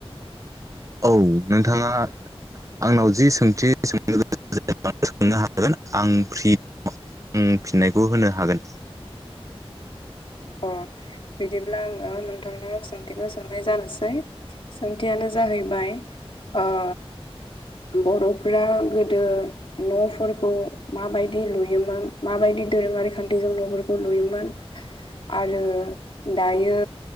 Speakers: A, on the right; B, on the left.
A: औ नोंथाङा आंनाव जि सोंथि सोंनो गोनां <unintelligible> सोंनो हागोन आं फ्रि फिननायखौ होनो हागोन।
B: अ बिदिब्ला आङो नोंथांनाव सोंथिखौ सोंनाय जानोसै। सोंथियानो जाहैबाय ओ बर'फोरा गोदो न'फोर खौ माबायदि लुयोमोन माबायदि दोरोङारि खान्थिजों न'फोरखौ लुयोमोन आरो दायो